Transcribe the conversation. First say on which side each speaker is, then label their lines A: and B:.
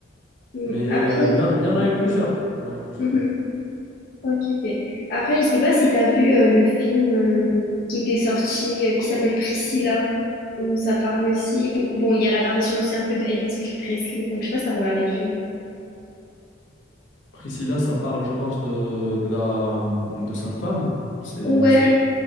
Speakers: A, on the left (about 50°); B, on the left (about 80°).
A: Mm.
B: Mais
A: Après,
B: euh, il
A: je...
B: y, en il y en a
A: ouais.
B: eu plusieurs. Il y en a eu plusieurs.
A: Mhm. Ok, ok. Après, je sais pas si tu as vu euh, le film euh, qui était sorti, euh, qui s'appelle Priscilla, où ça parle aussi. Bon, il y a l'apparition aussi un peu de Elvis Pre- Presley, donc je sais pas si t'as regardé le film.
B: Priscilla, ça parle, je pense, de, de la, de sa femme. C'est,
A: Ouais,
B: c'est-